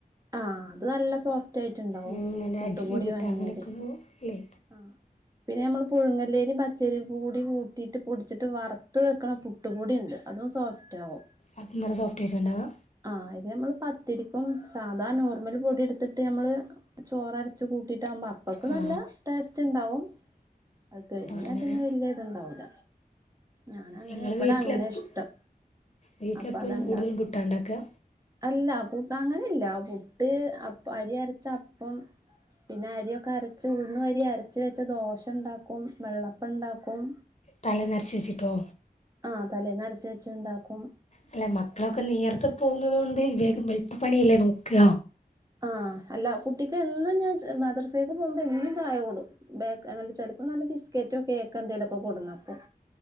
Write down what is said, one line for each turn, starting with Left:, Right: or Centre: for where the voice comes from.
Right: ആഅത് നല്ല സോഫ്റ്റ് ആയിട്ടുണ്ടാവും
Left: അങ്ങനെ
Right: പുട്ടുപൊടി
Left: അജ്ബി വിട്ട
Right: വാങ്ങിയാല്
Left: അങ്ങനെയൊക്കെ ഒന്ന് ഇല്ലേ
Right: <inaudible> പിന്നെ നമ്മൾ പുഴുങ്ങല്ലേരി പച്ചരി കൂടി കൂട്ടിയിട്ട് പൊടിച്ചിട്ട് വറുത്ത് വെക്കണംപുട്ട് പുട്ട് പൊടിണ്ട് അതും സോഫ്റ്റ് ആകും
Left: അത് നല്ല സോഫ്റ്റായിട്ടുണ്ടാവുക
Right: ആഹ ഇത് നമ്മള് പത്തിരിക്കുംസ് സാധാ നോർമൽ പൊടി എടുത്തിട്ട് നമ്മള് ചോറരച്ചു കൂട്ടിട്ടാകുമ്പോ അപ്പക്ക്
Left: ആ
Right: നല്ല ടേസ്റ്റ് ണ്ടാവും അത് കഴിഞാൽ
Left: അങ്ങനെ
Right: പിന്നെ വല്യ തുണ്ടാവൂല ഞാന അങ്ങനെ
Left: ഞങ്ങൾ
Right: ബഡെ
Left: വീട്ടിലെപ്പ
Right: അങ്ങനെ ഇഷ്ടം
Left: വീട്ടിലെപ്പോഴും
Right: അപ്പൊ അതണ്ടാകീ
Left: കൂടുതലും പുട്ടാണ്ടാക്കുക
Right: അല്ല പുട്ട് അങ്ങനില്ല പുട്ട് അപ്പ അരി അരച്ച അപ്പം പിന്നെ അരിയൊക്കെ അരച്ച് ഉഴുന്ന് അരി അരച്ച വെച്ച ദോശണ്ടാക്കും വെള്ളപ്പ ണ്ടാക്കും
Left: തലെ നരച്ചിവെച്ചിട്ടോ
Right: ആ തലെന്നരച്ച് വെച്ണ്ടാക്കും
Left: അല്ല മക്കളൊക്കെ നേർത്ത് പോകുന്നത തൊണ്ട് വേഗം എളുപ്പ പണിയല്ലേ നോക്ക
Right: ആഅല്ല കുട്ടിക്ക് എന്നും ഞാൻ മദ്രസേക്ക് പോകുമ്പോ എന്നും ചായ കൊടുക്കും ബക്ക് അങ്ങനെ ചെലപ്പോ നല്ല ബിസ്കറ്റോ കേക്കോ എന്തേലുമൊക്കെ കൊടുന്നക്കും